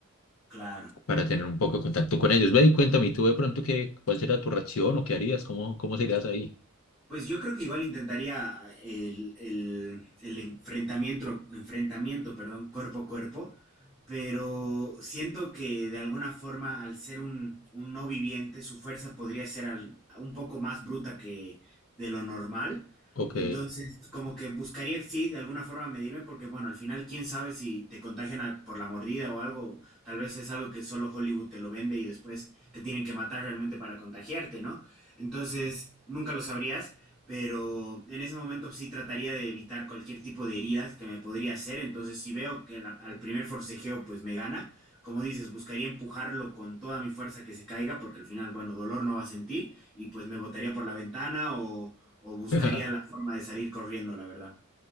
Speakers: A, in the centre; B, on the left (about 65°).
A: claro.
B: para tener un poco de contacto con ellos. Ve y cuéntame, ¿y tú de pronto qué, cuál será tu reacción o qué harías? ¿Cómo, cómo serías ahí?
A: Pues yo creo que igual intentaría el, el- el enfrentamiento, enfrentamiento, perdón, cuerpo a cuerpo, pero siento que de alguna forma al ser un, un no viviente, su fuerza podría ser al- un poco más bruta que de lo normal.
B: Ok.
A: Entonces, como que buscaría, sí, de alguna forma medirme, porque bueno, al final, quién sabe si te contagian a- por la mordida o algo, tal vez es algo que solo Hollywood te lo vende y después te tienen que matar realmente para contagiarte, ¿no? Entonces, nunca lo sabrías pero en ese momento sí trataría de evitar cualquier tipo de heridas que me podría hacer, entonces si veo que la- al primer forcejeo pues me gana, como dices, buscaría empujarlo con toda mi fuerza que se caiga, porque al final, bueno, dolor no va a sentir, y pues me botaría por la ventana o, o buscaría
B: <laughs>
A: la forma de salir corriendo, la verdad.